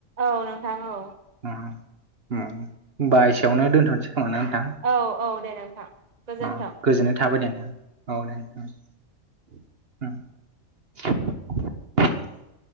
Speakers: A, on the right; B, on the right.
A: औ नोंथां औ।
B: ओ, उम होमबा एसेयावनो दोनथ'नोसै खोमा ना नोंथां?
A: औ औ दे नोंथां गोजोन्थों
B: अ गोजोननाय थाबाय दे नोंथां औ दे नोंथां। <unintelligible>